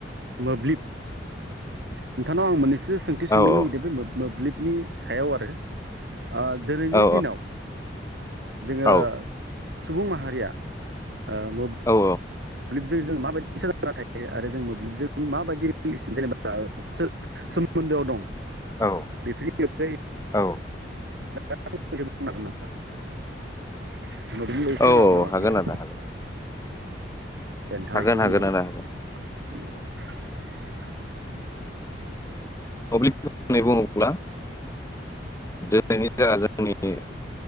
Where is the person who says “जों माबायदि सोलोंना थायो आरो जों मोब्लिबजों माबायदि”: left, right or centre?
Right